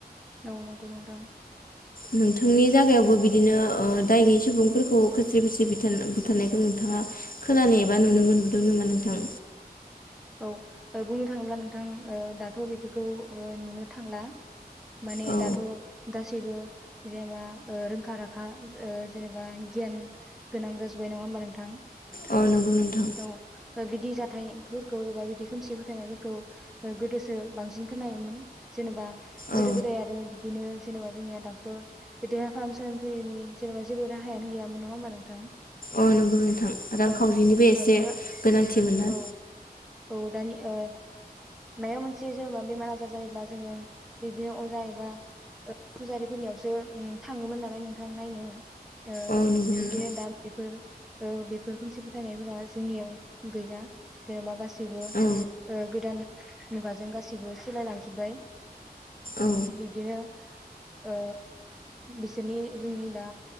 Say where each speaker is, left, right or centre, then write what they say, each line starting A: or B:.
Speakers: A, in the centre; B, on the left (about 60°).
A: औ नंगौ नंथां।
B: नोंथांनि जागायावबो बिदिनो ओ दाय गैयै सुबुंफोरखौ खोस्रि बोस्रि बुथार-बुथारनायखौ नोंथाङा खोनानो एबा नुनो मोनबोदों नामा नोंथां?
A: औ ओ बुंनो थाङोब्ला नोंथां ओ दाथ' बेफोरखौ ओ नुनो थांला माने
B: औ
A: दाथ' गासैबो जेनेबा ओ रोंखा राखा ओ जेनेबा गियान गोनां जाजोबबाय नङा होमबा नोंथां।
B: औ नंगौ नोंथां
A: औ बिदि जाथायगोर गौ एबा बिदि खोमसि फोथायनायफोरखौ ओ गोदोसो बांसिन खोनायोमोन जेनेबा
B: औ
A: गोदो गोदाय आरो बिदिनो जेनेबा जोंनिया डाक्टर देहा फाहामसालिनि फैयैनि जेनेबा जेबो राहायानो गैयामोन नङा होमबा नोंथां।
B: अ नंगौ नोंथां रांखावरिनिबो
A: औ ओ
B: एसे
A: मायबा
B: गोनांथि मोनना
A: औ औ दानि ओ माया मोनसे जेनेबा बेमार आजार जायोब्ला जोङो बिदिनो अजा एबा ओ फुजारिफोरनियावसो उम थाङोमोन नालाय नोंथां नायनो ओ
B: औ नंगौ नोंथां
A: बिदिनो दा बेफोर ओ बेफोर खोमसि फोथायनायफोरा जोंनियाव गैला। जेनेबा गासैबो
B: औ
A: ओ गोदान मुगाजों गासैबो सोलायलांजोब्बाय।
B: औ
A: बिब्दिनो ओ बिसोरनि जोंनि दा